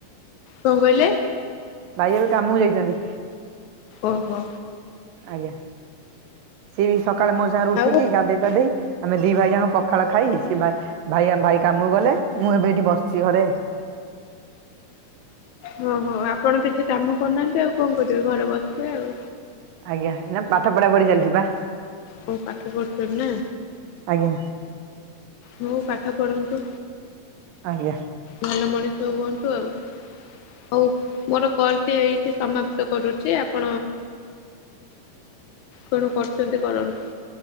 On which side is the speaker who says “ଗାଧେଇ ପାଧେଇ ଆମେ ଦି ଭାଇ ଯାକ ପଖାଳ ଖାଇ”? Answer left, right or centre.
Right